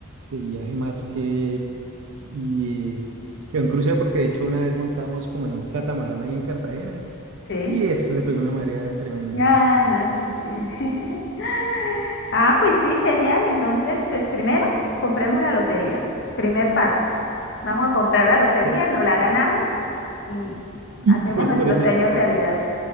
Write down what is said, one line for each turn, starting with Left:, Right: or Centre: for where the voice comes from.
Right: de viaje más que, y, eh, que un crucero, porque de hecho una vez montamos como en un catamarán ahí en Cartagena
Left: sí.
Right: y eso se pegó una marea tremenda.
Left: Ah, no, sí, sí. sí. <laughs> Ah, pues sí, genial. Entonces, pues primero compremos la lotería. Primer paso. Vamos a comprar la lotería,
Right: Por-
Left: nos la ganamos y
Right: Y
Left: hacemos
Right: pues
Left: nuestro
Right: por eso.
Left: sueño realidad.